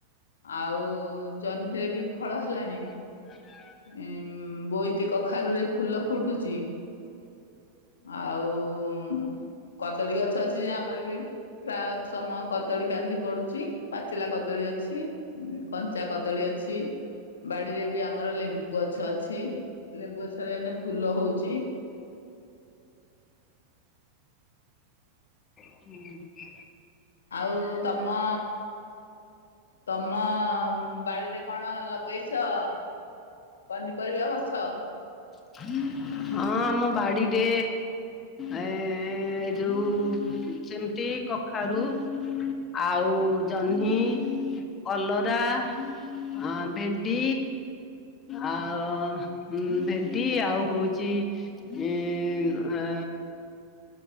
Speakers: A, on the left (about 65°); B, on the left (about 25°).
A: ଆଉ ଜହ୍ନିରେ ବି ଫଳ ହେଲାଣି।
B: <inaudible>
A: ଉ ବୋଇତି କଖାରୁରେ ଫୁଲ ଫୁଟୁଛି। ଆଉ। କଦଳୀ ଗଛ ଅଛି ଯେ ଆମର ବି ପ୍ରାୟ ସମୟ କଦଳୀ କାନ୍ଧି ପଡୁଛି। ପାଚିଲା କଦଳୀ ଅଛି, କଞ୍ଚା କଦଳୀ ଅଛି। ବାଡିରେ ବି ଆ ଆମର ଲେମ୍ବୁ ଗଛ ଅଛି ଲେମ୍ବୁ ଗଛରେ ଏଇନେ ଫୁଲ ହଉଛି।
B: <inaudible>
A: ଆଉ ତମ ତମ ବାଡିରେ କଣ ଲଗେଇଛ? ପନିପରିବା ଗଛ।
B: <inaudible> ହଁ ଆମ ବାଡିରେ ଏ ଏ ଯୋଉ ସେମିତି କଖାରୁ ଆଉ ଜହ୍ନି, କଲରା ଆ ଭେଣ୍ଡି ଆଉ ଭେଣ୍ଡି ଆଉ ହଉ ଚି ଏ ଆ